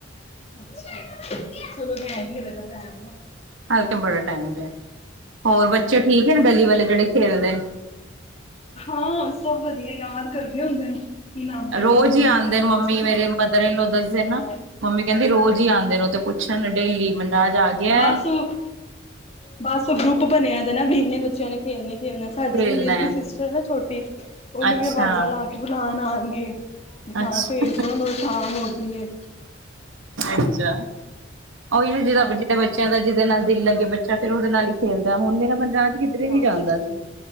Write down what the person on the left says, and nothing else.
ਅੱਛਾ ਚਲੋ ਮੈਂ ਆਗੀ ਰਦਾ ਟਾਈਮ। <inaudible>
ਹਾਂ
ਹਾਂ, ਸਭ ਵਧੀਆ, ਯਾਦ ਕਰਦੇ ਹੁੰਦੇ ਨੇ। ਕੀ ਨਾਮ ਤੁਹਾਡੇ
ਮੁੰਡੇ
ਨੂੰ
ਮਨਰਾਜ
ਨੂੰ
ਹਾਂ
ਹਾਂ
ਬਸ ਉਹ ਬਸ, ਗਰੁੱਪ ਬਣਿਆ ਦੇ ਨਾ ਵੀ, ਇੰਨੇ ਬੱਚਿਆਂ ਨੇ ਖੇਲਣੇ -ਖੇਲਣਾ ਸਾਡੀ
ਵੀ ਮੇਰੀ
ਵੀ ਸਿਸਟਰ ਜਿਹੜੀ ਨਾ ਛੋਟੀ, ਉਹਨੂੰ
ਵੀ ਆਵਾਜ਼ਾਂ ਲਾ ਕੇ ਬੁਲਾਉਣ ਆਉਣਗੇ। ਵੀ ਹਾਂ,
ਭੇਜਦੌ ਉਹਨੂੰ ਸ਼ਾਮ ਹੋ ਗਈ।
ਹਾਂ
ਹਾਂ